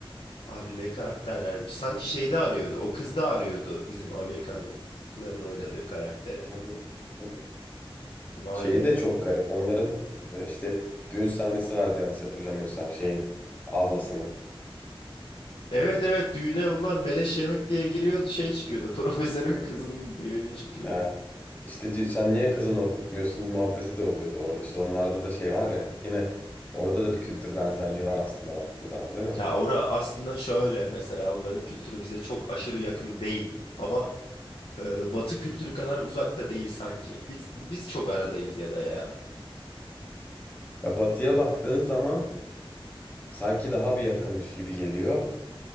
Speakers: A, on the left; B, on the left.
A: Abi ne karakterlermiş. Sanki şeyde arıyordu. O kız da arıyordu. Bizim Amerikan'ın oynadığı karakteri.
B: Hı hı, hı hı.
A: Vay
B: Şeyi
A: be.
B: de çok garip. Onların e, işte düğün sahnesi vardı yanlış hatırlamıyorsam şeyin ablasının.
A: Evet evet düğüne bunlar beleş yemek diye giriyordu şey çıkıyordu. <laughs> Profesörün kızının düğünü çıkıyordu.
B: Ha. İşte diyor, sen niye kızını okutmuyorsun muhabbeti de oluyordu orada. İşte onlarda da şey var ya yine orada da bir kültür benzerliği var aslında baktığın zaman değil mi?
A: Ya ora aslında şöyle mesela onların kültürü bize çok aşırı yakın değil. Ama e, Batı kültürü kadar uzakta değil sanki. Biz biz çok aradayız ya da ya.
B: Ya batıya
A: Hani
B: baktığın zaman sanki daha bir yakınmış gibi geliyor.